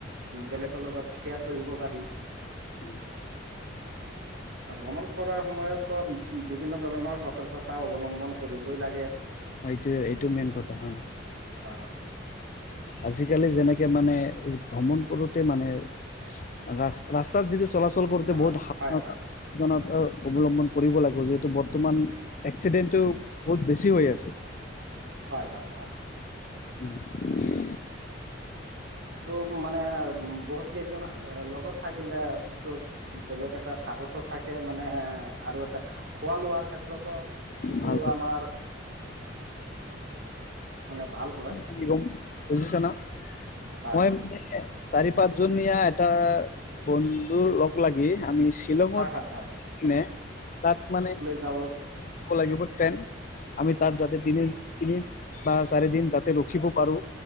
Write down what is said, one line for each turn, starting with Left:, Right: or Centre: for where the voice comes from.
Right: বেলেগৰ লগত শ্বেয়াৰ কৰিব পাৰি।
Left: উম।
Right: আৰু ভ্ৰমণ কৰাৰ সময়তো বিভিন্ন ধৰণৰ সতৰ্কতা অৱলম্বন কৰিবই লাগে।
Left: অ', এইটোৱে, এইটো মেইন কথা হয়।
Right: অ',
Left: আজিকালি যেনেকে মানে ভ্ৰমণ কৰোঁতে মানে ৰাস্ত-ৰাস্তাত যদি চলাচল কৰোঁতে
Right: হয় হয়
Left: বহুত সাৱধানতা
Right: হয়
Left: সাৱধানতা অৱলম্বন কৰিব লাগিব। যিহেতু বৰ্তমান এক্সিডেণ্টটো বহুত বেছি হৈ আছে।
Right: হয়-হয়-হয়।
Left: উম।
Right: তো মানে উম, বহুত কেইজন এ লগত থাকিলে তোৰ চা বেলেগ এটা সাহসো থাকে, মানে আৰু এটা খোৱা-লোৱাৰ ক্ষেত্ৰতো এইটো
Left: ভাল হয়
Right: আমাৰ মানে ভাল হয়।
Left: কি কম বুজিছা না?
Right: হয়
Left: মই
Right: হয়
Left: মানে চাৰি, পাঁচজনীয়া এটা বন্ধুৰ লগ লাগি আমি শ্বিলঙত
Right: হয় হয়
Left: কিনে তাত মানে,
Right: যাবত <unintelligible>
Left: লাগিব তেন আমি তাত যাতে দিনে তিনি বা চাৰি দিন তাতে ৰখিব পাৰো